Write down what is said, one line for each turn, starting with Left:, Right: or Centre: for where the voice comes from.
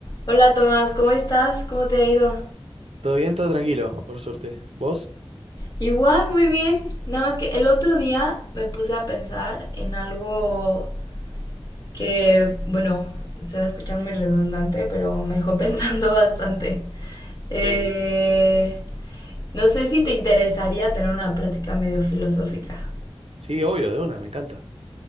Left: Hola Tomás, ¿cómo estás? ¿Cómo te ha ido?
Right: Todo bien, todo tranquilo, por suerte. ¿Vos?
Left: Igual, muy bien. Nada más que el otro día me puse a pensar en algo que, bueno, se va a escuchar muy redundante, pero me dejó <laughs> pensando bastante. Eh,
Right: Sí,
Left: no sé si te interesaría tener una plática medio filosófica.
Right: sí, obvio, de una, me encanta.